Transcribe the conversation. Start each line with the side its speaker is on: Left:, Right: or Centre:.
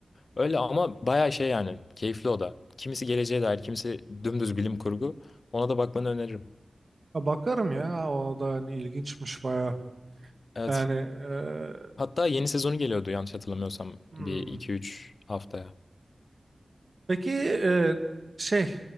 Left: Öyle ama bayağı şey yani keyifli o da. Kimisi geleceğe dair, kimisi dümdüz bilim kurgu. Ona da bakmanı öneririm.
Right: Ha, Bakarım ya. O da hani ilginçmiş baya.
Left: Evet.
Right: Yani eee,
Left: Hatta yeni sezonu geliyordu yanlış hatırlamıyorsam
Right: hmm.
Left: bir iki üç haftaya.
Right: Peki eee, şey